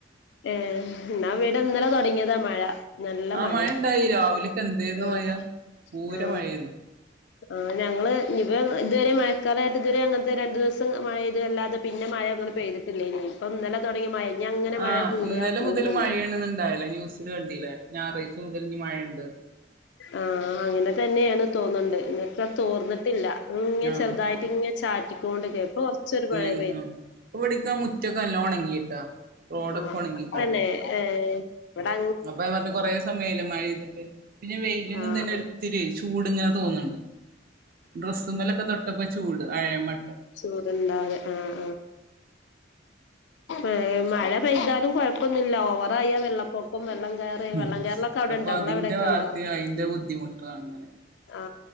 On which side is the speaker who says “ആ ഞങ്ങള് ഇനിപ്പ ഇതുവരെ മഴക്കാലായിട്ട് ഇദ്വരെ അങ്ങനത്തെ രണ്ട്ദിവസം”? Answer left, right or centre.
Left